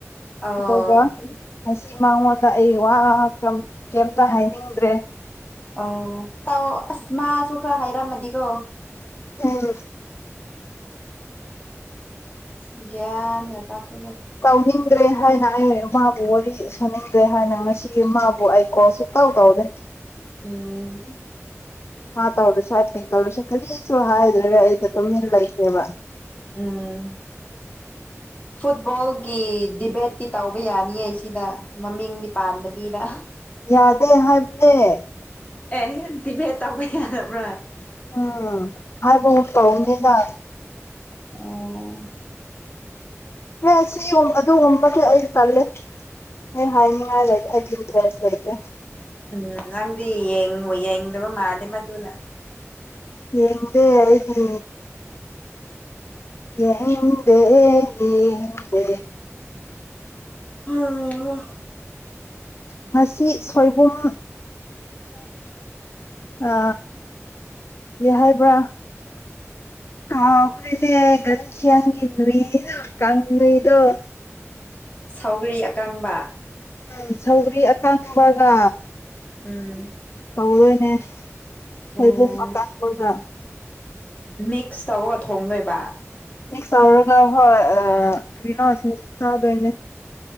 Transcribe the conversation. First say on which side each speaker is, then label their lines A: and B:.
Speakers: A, on the left; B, on the left.
A: ꯑꯧ
B: ꯑꯗꯨꯒ ꯉꯁꯤ ꯃꯉꯣꯟꯗ ꯑꯩ ꯋꯥ ꯀꯝ ꯀꯩꯝꯇ ꯍꯥꯏꯅꯤꯡꯗ꯭ꯔꯦ
A: ꯑꯣ ꯇꯥꯎ ꯑꯁ ꯃꯥꯁꯨ ꯈꯔ ꯍꯥꯏꯔꯝꯃꯗꯤꯀꯣ
B: ꯎꯝ
A: ꯏꯁ ꯒ꯭ꯌꯥꯟꯒ ꯇꯥꯁꯤꯜꯂꯛ
B: ꯇꯧꯅꯤꯡꯗ꯭ꯔꯦ ꯍꯥꯏꯅ ꯑꯩ ꯃꯥꯕꯨ ꯋꯥꯔꯤ ꯁꯧꯅꯤꯡꯗ꯭ꯔꯦ ꯍꯥꯏꯅ ꯉꯁꯤ ꯃꯥꯕꯨ ꯑꯩ ꯀꯣꯜ ꯁꯨꯇꯥꯎ ꯇꯧꯗꯦ
A: ꯎꯝ
B: ꯃꯥ ꯇꯧꯔꯨꯁꯨ ꯍꯥꯏ ꯄꯤꯠ ꯇꯧꯔꯁꯨ ꯀꯔꯤꯁꯨ ꯍꯥꯏꯗ꯭ꯔꯦꯔꯦ ꯑꯩꯁꯨ ꯇꯨꯃꯤꯟ ꯂꯩꯈ꯭ꯔꯦꯕ
A: ꯎꯝ
B: <inaudible>
A: ꯐꯨꯠꯕꯣꯜꯒꯤ ꯗꯤꯕꯦꯠꯇꯤ ꯇꯧꯕ ꯌꯥꯅꯤꯌꯦ ꯁꯤꯗ ꯃꯃꯤꯡꯗꯤ ꯄꯥꯟꯗꯕꯤꯗ
B: ꯌꯥꯗꯦ ꯍꯥꯏꯕꯅꯦ
A: ꯑꯦ ꯗꯤꯕꯦꯠ ꯇꯧꯕ ꯌꯥꯗꯥꯕ꯭ꯔꯥ
B: ꯎꯝ ꯍꯥꯏꯕꯒꯨꯝ ꯇꯧꯕꯅꯦꯗ
A: ꯎꯝ
B: ꯍꯦ ꯑꯁꯤꯒꯨꯝ ꯑꯗꯨꯒꯨꯝ ꯇꯧꯕꯗꯤ ꯑꯩ ꯇꯜꯂꯦ ꯑꯩ ꯍꯥꯏꯅꯤꯡꯉꯏ ꯂꯩꯇꯦ ꯑꯩꯗꯤ ꯏꯟꯇꯦꯔꯦꯁ ꯂꯩꯇꯦ
A: ꯎꯝ ꯅꯪꯗꯤ ꯌꯦꯡꯕꯨ ꯌꯦꯡꯗꯕ ꯃꯥꯜꯂꯦ ꯃꯗꯨꯅ
B: ꯌꯦꯡꯗꯦ ꯑꯩꯗꯤ ꯌꯦꯡꯗꯦ ꯑꯩꯗꯤ ꯌꯦꯡꯗꯦ
A: ꯎꯝ
B: ꯉꯁꯤ ꯁꯣꯏꯕꯨꯝꯒ ꯑ ꯀꯩ ꯍꯥꯏꯕ꯭ꯔꯥ ꯀꯥꯎꯈꯔ꯭ꯦꯅꯦ ꯀꯌꯥꯪꯒꯤꯤ ꯅꯨꯣꯏ ꯀꯪ ꯅꯨꯣꯏꯗꯨꯣ
A: ꯁꯧꯒꯔꯤ ꯑꯀꯪꯕ
B: ꯎ ꯁꯧꯒꯔ꯭ꯤ ꯑꯀꯪꯄꯒ
A: ꯎꯝ
B: ꯇꯧꯔꯣꯏꯅꯦ ꯁꯣꯏꯕꯨꯝ
A: ꯎꯝ
B: ꯑꯀꯪꯕꯒꯥ
A: ꯃꯤꯛꯁ ꯇꯧꯔꯒ ꯊꯣꯡꯗꯣꯏꯕ
B: ꯃꯤꯛꯁ ꯇꯧꯔꯒ ꯍꯣꯏ ꯀꯩꯅꯣ ꯁꯤꯡꯖꯨ ꯆꯥꯗꯣꯏꯅꯦ